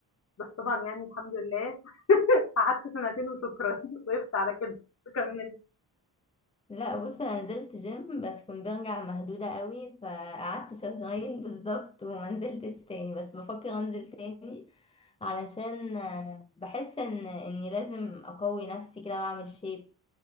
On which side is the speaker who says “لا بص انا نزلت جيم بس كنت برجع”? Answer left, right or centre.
Left